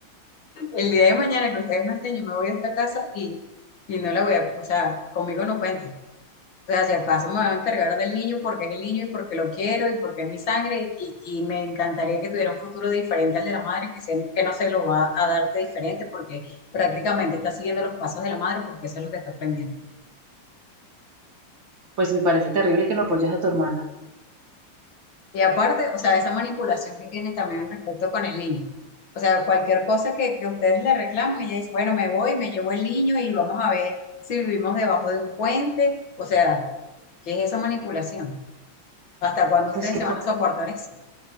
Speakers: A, on the left; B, on the right.
A: El día de mañana que ustedes no estén, yo me voy a esta casa y, y no la voy a, o sea, conmigo no cuente. O sea, si acaso me van a encargar del niño porque es el niño y porque lo quiero y porque es mi sangre y, y me encantaría que tuviera un futuro diferente al de la madre, que, se- que no se lo va a darte diferente porque prácticamente está siguiendo los pasos de la madre porque eso es lo que está aprendiendo.
B: Pues me parece terrible que no apoyes a tu hermana.
A: Y aparte, o sea, esa manipulación que tiene también respecto con el niño. O sea, cualquier cosa que, que ustedes le reclaman, ella dice, bueno, me voy, me llevo el niño y vamos a ver si vivimos debajo de un puente. O sea, ¿qué es esa manipulación? ¿Hasta cuándo ustedes
B: Pues que,
A: se van
B: po-
A: a soportar eso?